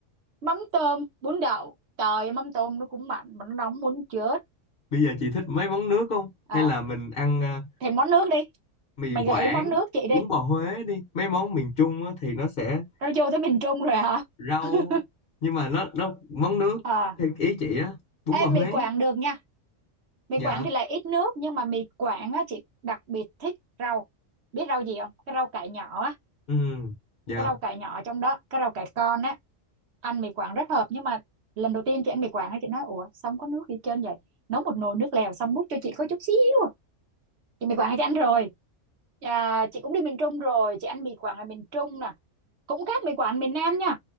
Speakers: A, on the right (about 60°); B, on the left (about 50°).
A: mắm tôm bún đậu trời ơi, mắm tôm nó cũng mặn mà nó nóng muốn chết
B: bây giờ chị thích mấy món nước không hay
A: à
B: là mình ăn à,
A: thì món nước đi
B: mì
A: mày gợi
B: Quảng
A: ý món nước chị đi
B: bún bò Huế đi mấy món miền Trung á, thì nó sẽ
A: rồi vô tới miền Trung rồi hả
B: rau
A: <laughs>
B: nhưng mà nó nó món nước
A: à
B: theo ý chị á bún
A: em
B: bò Huế
A: mì Quảng được nha mì
B: dạ
A: Quảng thì lại ít nước nhưng mà mì Quảng á chị đặc biệt thích rau biết rau gì không cái rau cải nhỏ á
B: ừ dạ
A: cái rau cải nhỏ trong đó cái rau cải con á ăn mì Quảng rất hợp nhưng mà lần đầu tiên chị ăn mì Quảng á, chị nói ủa sao không có nước gì hết trơn vậy nấu một nồi nước lèo xong múc cho chị có chút xíu à. chị mì Quảng chị ăn rồi à, chị cũng đi miền Trung rồi chị ăn mì Quảng ở miền Trung nè cũng khác mì Quảng miền Nam nha